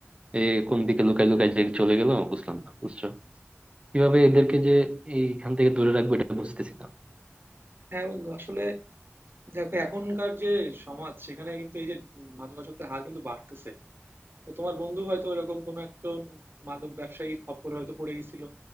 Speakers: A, on the right; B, on the right.
A: এ কোন দিকে লুকাই লুকাই যে চলে গেল বুঝলাম না বুঝছো কিভাবে এদেরকে যে এইখান থেকে দূরে রাখবো এটা বুঝতেছি না
B: হ্যাঁ বন্ধু আসলে দেখো এখনকার যে সমাজ সেখানে কিন্তু এই যে মাদকাসক্তের হার কিন্তু বাড়তেছে তো তোমার বন্ধু হয়তো এরকম কোনো একজন মাদক ব্যবসায়ীর খপ্পরে হয়তো পড়ে গেছিল